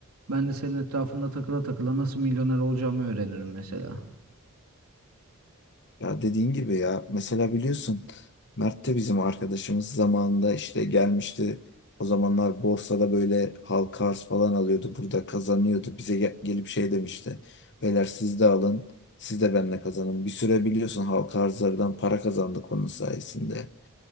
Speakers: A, on the right (about 85°); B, on the left (about 55°).
A: ben de senin etrafında takıla takıla nasıl milyoner olacağımı öğrenirim mesela.
B: Ya dediğin gibi ya mesela biliyorsun Mert de bizim arkadaşımız zamanında işte gelmişti. O zamanlar borsada böyle halka arz falan alıyordu. Burada kazanıyordu. Bize gel- gelip şey demişti. Beyler siz de alın. Siz de benimle kazanın. Bir süre biliyorsun halka arzlardan para kazandık onun sayesinde.